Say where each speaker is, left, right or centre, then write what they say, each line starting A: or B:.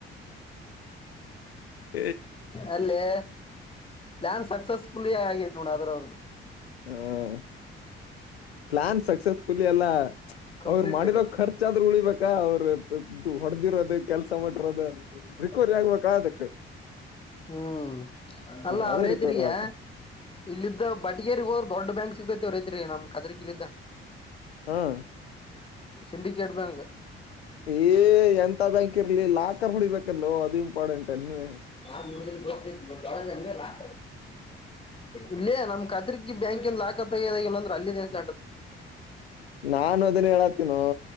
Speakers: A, on the left; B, on the left.
A: <unintelligible>
B: ಅಲ್ಲೇ ಪ್ಲಾನ್ ಸಕ್ಸಸ್ಫುಲ್ ಆಗ ನೋಡ ಅದ್ರ ಅವ್ರ್ದ
A: ಹ್ಮ ಪ್ಲಾನ್ ಸಕ್ಸಸ್ಫುಲಿ ಅಲ್ಲ
B: ಕಂಪ್ಲೀಟೆಡ್
A: ಅವ್ರ ಮಾಡಿರೋ ಖರ್ಚಾದ್ರೂ ಉಳಿಬೇಕಾ ಅವ್ರ ಇದು ಹೊಡೆದಿರೋದು ಕೆಲ್ಸ ಮಾಡಿರೋದು ರಿಕವರಿ ಆಗ್ಬೇಕ ಆದಕ್
B: ಹ್ಮ್ ಅಲ್ಲ
A: ಅದು
B: ಅವ್ರೇದ್ರಗ
A: ರಿಕವರಿ ಮಾಡ್ಕ
B: ಇಲ್ಲಿದ್ದ ಬಟಗೇರಿ ಹ ದೊಡ್ಡ ಬ್ಯಾಂಕ್ ಸಿಗ್ತೈವ್ರೈತ್ರಿ ನಮ್ ಕಾದ್ರಗಿಲ್ದ
A: ಹಾ
B: ಸಿಂಡಿಕೇಟ್ ಬ್ಯಾಂಕ್
A: ಏ ಎಂತ ಬ್ಯಾಂಕ್ ಇರ್ಲಿ ಲಾಕರ್ ಹೊುಡಿಬೇಕಲ್ವ ಅದು ಇಂಪಾರ್ಟೆಂಟ್ ಅಲ್ಲ
B: ನಾ ಬ ದಡೇಾತ ಇಲ್ಲೇ ನಮ್ ಖಾತ್ರಿಕಿ ಬ್ಯಾಂಕಲ್ ದಾಖ ತಗದ ಇಲ್ಲ ಅಂದ್ರೆ ಅಲ್ಲಿ ದನ್ಸ ಆಂಟತಿ
A: ನಾನು ಅದನ್ನ ಹೇಳಾತೀಿನ